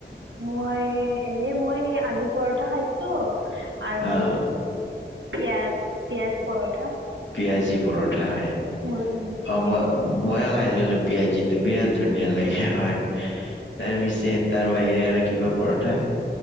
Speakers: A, on the right; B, on the left.
A: মই এনে মই সেই আলু পৰঠা খাইছো আৰু
B: অ'
A: পিয়াজ-পিয়াজ পৰঠা।
B: পিয়াজি পৰঠা হয়। অ',
A: উম উম সেইটো
B: মই ময়ো খাইছিলো পিয়াজিটো বিৰাট ধুনীয়া লাগে হয়। তাৰ পিছে তাৰ বাহিৰে আৰু কিবা পৰঠা